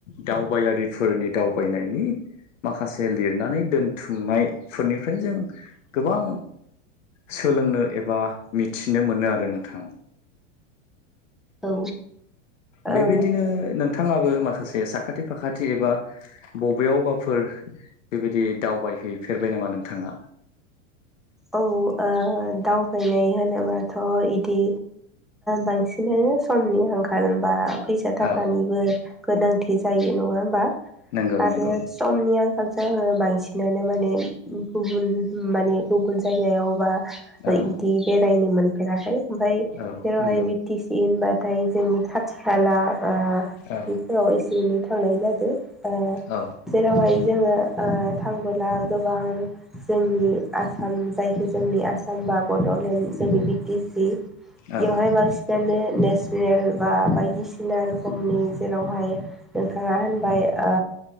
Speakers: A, on the left (about 85°); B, in the centre.
A: दावबायारिफोरनि दावबायनायनि माखासे लिरनानै दोनथुमनायफोरनिफ्राय जों गोबां सोलोंनो एबा मिथिनो मोनो आरो नोंथांा
B: औ
A: बेबायदिनो
B: औ
A: नोंथाङाबो माखासे साखाथि फाखाथि एबा बबेयावबाफोर बेबायदि दावबायहैफेरबाय हैबाय नामा नोंथाङा
B: औ ओ दावबायनाय होनोबाथ' बिदि बांसिनानो समनि आंखाल बा फैसा थाखानिबो
A: औ
B: गोनांथि जायो नङा होमबा
A: नंगौ
B: आरो
A: नंगौ
B: समनिया हाबसा आङो बांसिनानो माने गुबुन माने गुबुन जायगायावबा बिदि
A: औ
B: बेरायनो मोनफेराखै ओमफफ्राय
A: औ
B: जेरावहाय
A: नंगौ
B: बि टि सि होनबा नाथाय जोंनि खाथि खाला बा
A: औ
B: बेफोराव एसे एनै थांनाय जादों । बा
A: औ
B: जेरावहाय जोङो आ थांबोला गोबां जोंनि आसाम जायखौ जोंनि आसाम बा बड'लेण्ड जोंनि बि टि सि एवाहाय
A: औ
B: बांसिनानो नेस नेल बा बायदिसिना रोखोमनि जेरावहाय नोंथाङा होनबाय आ